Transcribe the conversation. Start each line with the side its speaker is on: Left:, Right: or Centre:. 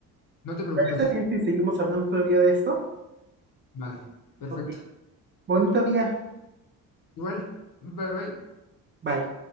Left: No te preocupes.
Right: ¿Parece bien si seguimos hablando otro día de esto?
Left: Vale, perfecto.
Right: Ok, bonito día,
Left: Igual, bye bye.
Right: bye.